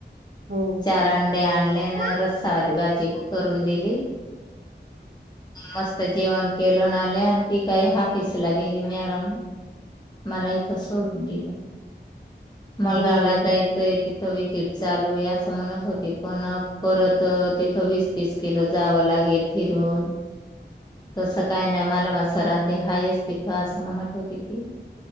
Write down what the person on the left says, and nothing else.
चार अंडे आणले आणि
रस्सावाली भाजी ब करून दिली. मस्त जेवण केलं ना आले आणि ती काय हाफिस ला गेली मॅडम मला इथं सोडून दिलं, मुलगा
आला जाय <unintelligible> तिथं विजिट चालू ये अस अस म्हणत होती पण परत तिथं वीस तीस किलो जावं लागेल फिरून तसं काय नाही मला म सरान ते हायस्ट इथं असं म्हणत होती ती